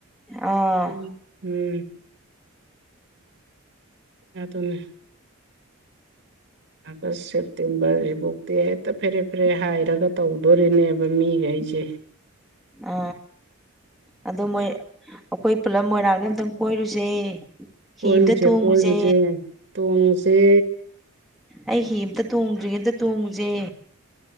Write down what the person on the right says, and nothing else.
ꯎ ꯎꯝ ꯑꯗꯨꯅ ꯑꯒꯁ ꯁꯦꯞꯇꯦꯝꯕꯔ ꯖꯤꯕꯨꯣꯛ ꯇꯦ ꯍꯦꯛꯇ ꯐꯦꯔꯦ ꯐꯦꯔꯦ ꯍꯥꯏꯔꯒ ꯇꯧꯗꯣꯔꯤꯅꯦꯕ ꯃꯤꯒ ꯑꯩꯁꯦ꯫
ꯀꯣꯏꯨꯖꯦ
ꯀꯣꯏꯨꯖꯦ ꯇꯨꯁꯦ꯫